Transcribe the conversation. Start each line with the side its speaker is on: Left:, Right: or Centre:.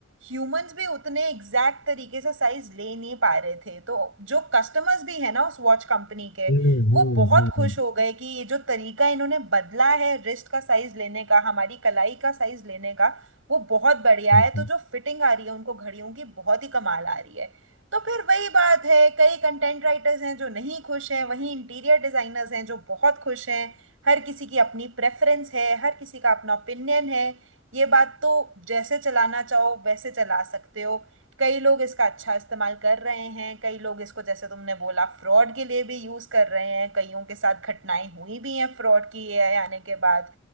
Right: ह्यूमंस भी उतने एग्जैक्ट तरीके से साइज ले नहीं पा रहे थे तो जो कस्टमर्स भी है ना उस वॉच कंपनी के
Left: हम्म,
Right: वो
Left: हम्म,
Right: बहुत
Left: हम्म,
Right: खुश
Left: हम्म,
Right: हो गए कि ये जो तरीका इन्होंने बदला है रिस्ट का साइज लेने का हमारी कलाई का साइज लेने का वो बहुत बढ़िया
Left: हम्म।
Right: है तो जो फिटिंग आ रही है उनको घड़ियों की बहुत ही कमाल आ रही है तो फिर वही बात है कई कंटेंट राइटर्स हैं जो नहीं खुश हैं वहीं इंटीरियर डिजाइनर्स हैं जो बहुत खुश हैं हर किसी की अपनी प्रेफरेंस है हर किसी का अपना ओपिनियन है ये बात तो जैसे चलाना चाहो वैसे चला सकते हो कई लोग इसका अच्छा इस्तेमाल कर रहे हैं कई लोग इसको जैसे तुमने बोला फ्रॉड के लिए भी यूज़ कर रहे हैं कईयों के साथ घटनाएं हुई भी हैं फ्रॉड की एआई आने के बाद